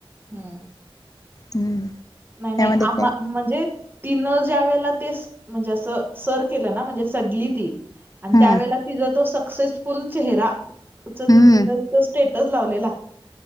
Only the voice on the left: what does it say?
हम्म
त्यामध्ये
काय
हम्म
हम्म